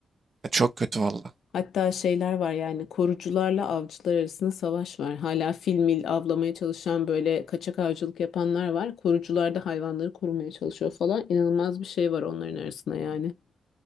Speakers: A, on the right; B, on the left.
A: Çok kötü valla.
B: Hatta şeyler var yani korucularla avcılar arasında savaş var. Hala fil mil avlamaya çalışan böyle kaçak avcılık yapanlar var. Korucular da hayvanları korumaya çalışıyor falan. İnanılmaz bir şey var onların arasında yani.